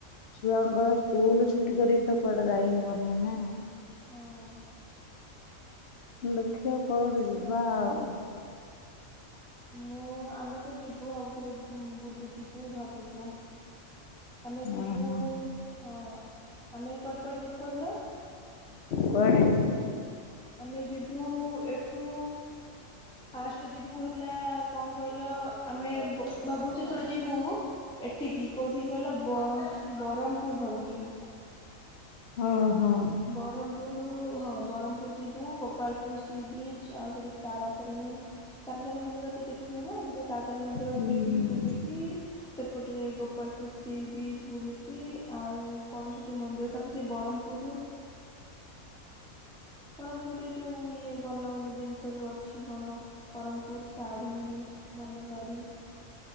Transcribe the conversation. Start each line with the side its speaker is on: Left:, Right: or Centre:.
Left: ଛୁଆଙ୍କର ସ୍କୁଲ ଛୁଟି କରିକି ତ କୁଆଡେ ଯାଇ ହବନି ନା।
Centre: ନାଇଁ।
Left: ଦେଖିବା କୁଆଡେ ଗୋଟେ ଯିବା ଆଉ।
Centre: ମୁଁ ଆମେ ତ ଯିବୁ ଭାବୁଥିଲୁ। ବୁଲିଯିବୁ ଭାବୁଛୁ। ଆମେ ଯିବୁ
Left: ଓହୋ
Centre: ହଁ ଆମେ କୁଆଡେ କୁଆଡେ ଯିବୁ କହିଲ?
Left: କୁଆଡେ।
Centre: ଆମେ ଯିବୁ ଏଠୁ ଫାଷ୍ଟ ଯିବୁ ହେଲା କଣ କହିଲ ଆମେ ଭାବୁଚି ଏଥର ଯିବୁ ଏଠିକି କୋଉଠିିକି କହିଲ ବରହମପୁର ଭାବୁଚି ଯିବୁ।
Left: ଓହୋ
Centre: ବରମପୁରରୁ ହଁ ବରମ ଯିବୁ ଗୋପାଳପୁର। ସି ବିଚ ଆଉ ସେଠି ତାରାତାରିଣୀ ତାରାତାରିଣୀ ମନ୍ଦିରଟି ଦେଖିନି ନା ସେଠି ତ। ତାନେ ମନ୍ଦିର
Left: ହୁଁ
Centre: ଭା ଦେଖିକି
Left: ହୁଁ।
Centre: ବୁଲିକି ସେପଟ। ରେ ଗୋପାଳପୁର ସ୍୍ରୀ ବିଚ ବୁଲିକି ଆଉ। କଣ ସେଠି ମନ୍ଦିର ତାପରେ ସେଇ ବ୍ରହ୍ମପୁରରୁ। ବ୍ରହ୍ମପୁରରେ ଯୋଉ ଇଏ ଭଲ ଭଲ ଜିନିଷ ଯୋଉ ଅଛି କଣ ବ୍ରହ୍ମପୁର ଶାଢୀ ଭଲ ଶାଢୀ